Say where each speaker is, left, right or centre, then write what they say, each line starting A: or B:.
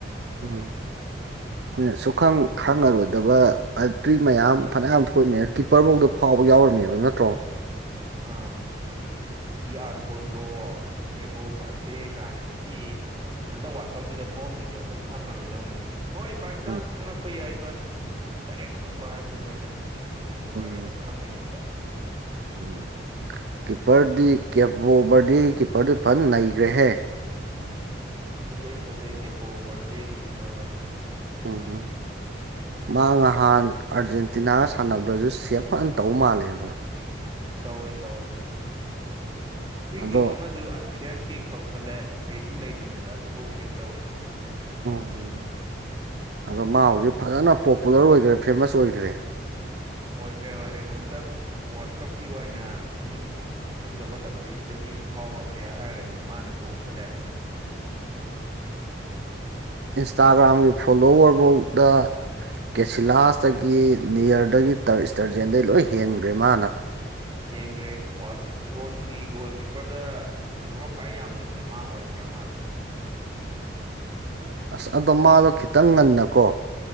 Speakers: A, on the right; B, on the right.
A: ꯎꯝ ꯍꯣꯏ ꯁꯨꯈꯪ ꯈꯪꯉꯔꯣꯏꯗꯕ ꯇ꯭ꯔꯤ ꯃꯌꯥꯝ ꯐꯅꯌꯥꯝ ꯊꯣꯛꯃꯦ ꯀꯤꯞꯄꯔꯐꯧꯗꯣ ꯐꯥꯎꯕ ꯌꯥꯎꯔꯝꯃꯦꯕ ꯅꯠꯇ꯭ꯔꯣ
B: ꯑꯥ ꯑꯔ ꯀꯣꯟꯒꯣ ꯀꯦꯕꯣ ꯔ ꯗꯦ ꯀꯥꯏ ꯑꯁꯤ ꯍꯟꯇꯛ ꯋꯥꯔꯜ ꯀꯞꯁꯤꯗ ꯊꯣꯛꯑꯝꯗꯗꯤ ꯑꯩꯈꯣꯏ ꯈꯪꯉꯔꯣꯏꯗꯧꯅꯦ ꯑꯗꯨꯝ ꯍꯣꯏ ꯕꯥꯏ ꯆꯥꯟꯁ
A: ꯎꯝ
B: ꯈꯪꯉꯛꯄ ꯌꯥꯏ ꯕꯠ ꯗꯥꯏꯔꯦꯛ ꯈꯪꯕ ꯍꯥꯏꯕꯗꯨꯝ ꯂꯩꯗꯅ ꯑꯗꯨꯃꯥꯏꯗꯤ ꯑꯣꯏꯔꯣꯏꯗꯣ
A: ꯎꯝ
B: ꯈꯪꯉꯦ ꯍꯟꯗꯛ
A: ꯎꯝ ꯀꯤꯞꯄꯔꯗꯤ ꯀꯦꯞꯕꯣ ꯕꯔꯗꯤꯒꯤ ꯀꯤꯞꯄꯔꯗꯨ ꯐꯟ ꯅꯩꯈ꯭ꯔꯦꯍꯦ
B: ꯐꯖꯩ ꯐꯖꯩ ꯀꯦꯞꯄꯣ ꯕꯔꯗꯦꯒꯤ ꯀꯤꯞꯄꯔꯗꯣ
A: ꯎꯝ ꯎꯝ ꯃꯥ ꯉꯍꯥꯟ ꯑꯥꯔꯖꯦꯟꯇꯤꯅꯥꯒ ꯁꯥꯟꯅꯕꯗꯁꯨ ꯁꯦꯞ ꯐꯅ ꯇꯧꯕ ꯃꯥꯜꯂꯦꯕ
B: ꯇꯧꯋꯦ ꯇꯧꯋꯦ ꯐ꯭ꯔꯤ
A: ꯑꯗꯣ
B: ꯀꯦꯛ ꯑꯃꯁꯨ ꯑꯟꯐꯤꯌꯔ ꯀꯦꯛ ꯇꯧꯁꯜꯂꯦ ꯔꯦꯗꯤ ꯂꯩꯗ꯭ꯔꯤꯉꯩꯗ ꯑꯗꯨꯐꯧ ꯁꯦꯞ ꯇꯧꯏꯤ
A: ꯎꯝ ꯑꯗꯣ ꯃꯥ ꯍꯧꯖꯤꯛ ꯐꯖꯅ ꯄꯣꯄꯨꯂꯔ ꯑꯣꯏꯈ꯭ꯔꯦ ꯐꯦꯃꯁ ꯑꯣꯏꯈ꯭ꯔꯦ
B: ꯑꯣꯏꯈ꯭ꯔꯦ ꯑꯣꯏꯈ꯭ꯔꯦ ꯍꯟꯗꯛ ꯋꯥꯔꯜ ꯀꯞꯀꯤ ꯑꯣꯏꯅ ꯃꯃꯤꯡ ꯈꯪꯗꯕ ꯀꯟꯇ꯭ꯔꯤꯗꯨꯗꯒꯤ ꯐꯥꯎꯕ ꯄ꯭ꯂꯦꯌꯔ ꯍꯥꯏꯔꯒꯗꯤ ꯃꯥꯅ ꯇꯣꯞꯇ ꯂꯩꯔꯝꯒꯅꯤ
A: ꯏꯟꯁꯇꯥꯒ꯭ꯔꯥꯝꯒꯤ ꯐꯣꯂꯣꯋꯔꯐꯧꯗ ꯀꯦꯁꯤꯂꯥꯁꯇꯒꯤ ꯅꯤꯌꯔꯗꯒꯤ ꯇꯔ ꯏꯁꯇꯔꯖꯦꯟꯗꯒꯤ ꯂꯣꯏ ꯍꯦꯟꯈ꯭ꯔꯦ ꯃꯥꯅ
B: ꯌꯦꯡꯈ꯭ꯔꯦ ꯐꯨꯠꯕꯣꯜꯒꯤ ꯒꯣꯜ ꯀꯤꯞꯄꯔꯗ ꯐꯣꯂꯣꯋꯔ ꯈ꯭ꯋꯥꯏ ꯌꯥꯝꯕꯁꯦ ꯃꯥ ꯑꯣꯏꯈ꯭ꯔꯥ ꯀꯃꯥꯜꯂꯦ
A: ꯑꯁ ꯑꯗꯣ ꯃꯥꯗꯣ ꯈꯤꯇꯪ ꯉꯟꯅꯀꯣ